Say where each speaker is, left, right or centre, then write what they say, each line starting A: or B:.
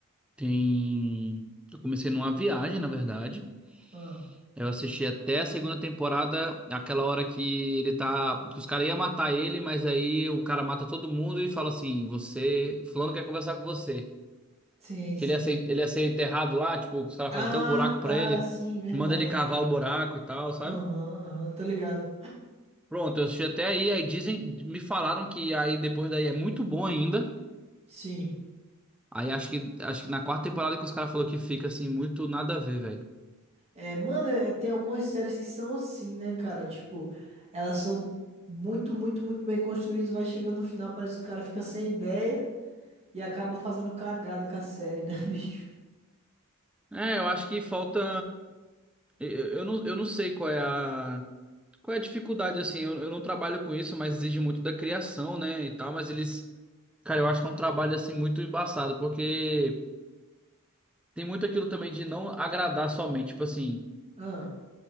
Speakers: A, in the centre; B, on the right.
A: tem eu comecei numa viagem, na verdade.
B: Ah,
A: Eu assisti até a segunda temporada, aquela hora que ele tá, que os caras iam matar ele, mas aí o cara mata todo mundo e fala assim: "Você, fulano quer conversar com você".
B: sim,
A: Que
B: sim.
A: ele ia ser, ele ia ser enterrado lá, tipo, os caras
B: Ah,
A: fazem até o buraco pra
B: tá,
A: ele,
B: sim, verdade.
A: manda ele cavar o buraco e tal,
B: Aham,
A: sabe?
B: aham, tô ligado.
A: Pronto, eu assisti até aí, aí dizem, me falaram que aí depois daí é muito bom ainda.
B: Sim.
A: Aí acho que, acho que na quarta temporada que os caras falaram que fica assim, muito nada a ver, velho.
B: É, mano, é, tem algumas séries que são assim, né, cara? Tipo, elas são muito, muito, muito bem construídas, vai chegando no final, parece que o cara fica sem ideia e acaba fazendo cagada com a série, né, <laughs> bicho?
A: É, eu acho que falta. Eu, eu não, eu não sei qual é a. Qual é a dificuldade, assim? Eu, eu não trabalho com isso, mas exige muito da criação, né? E tal, mas eles. Cara, eu acho que é um trabalho, assim, muito embaçado, porque tem muito aquilo também de não agradar somente. Tipo assim,
B: Ah,